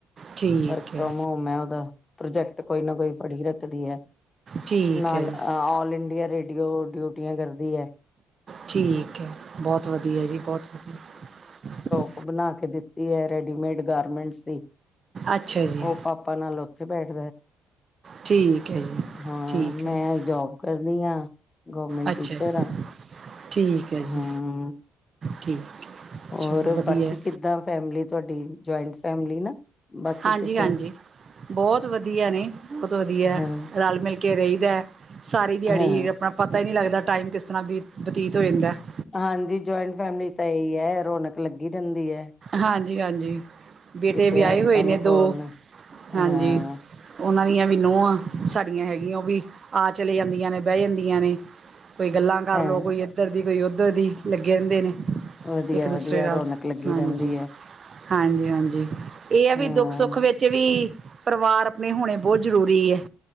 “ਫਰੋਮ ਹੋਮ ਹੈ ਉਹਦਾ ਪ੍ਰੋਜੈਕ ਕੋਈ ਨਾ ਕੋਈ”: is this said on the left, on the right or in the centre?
Left